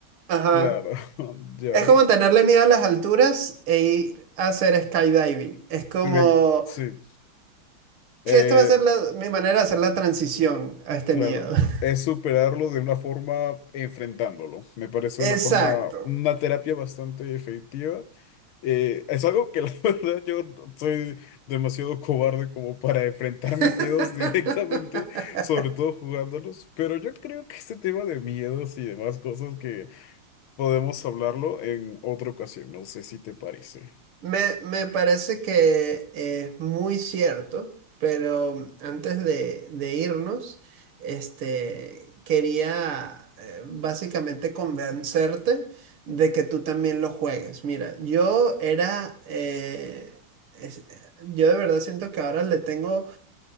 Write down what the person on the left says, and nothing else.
Claro, <laughs> ya.
De- Sí, eh,
claro.
Es superarlo de una forma enfrentándolo. Me parece
una forma, una terapia bastante efectiva. Eh, es algo que la <laughs> verdad yo no- soy demasiado cobarde como para enfrentar mis
miedos <laughs> directamente, sobre todo jugándolos. Pero yo creo que este tema de miedos y demás cosas que podemos hablarlo en otra ocasión. No sé si te parece.